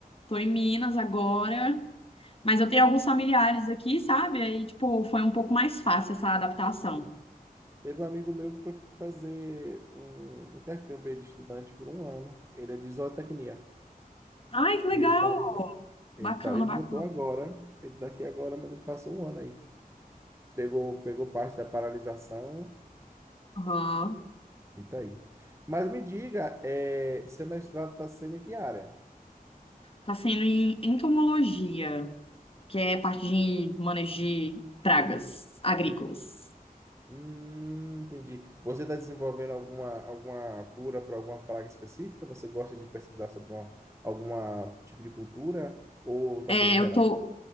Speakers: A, on the left; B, on the right.
A: tô em Minas agora, mas eu tenho alguns familiares aqui, sabe? Aí, tipo, foi um pouco mais fácil essa adaptação.
B: Teve um amigo meu que foi fazer um intercâmbio de estudante por um ano. Ele é de zootecnia.
A: Ai, que legal!
B: E ele tá,
A: Bacana,
B: ele tá, ele
A: bacana.
B: voltou agora. Ele tá aqui agora, mas ele passou um ano aí. Pegou, pegou parte da paralisação
A: Aham.
B: Itaí. Mas me diga, é, seu mestrado está sendo em que área?
A: Tá sendo em entomologia. que é parte de manejo de pragas agrícolas.
B: Hum, entendi. Você está desenvolvendo alguma, alguma cura para alguma praga específica? Você gosta de pesquisar sobre uma, alguma tipo de cultura ou está
A: É,
B: sendo geral?
A: eu tô,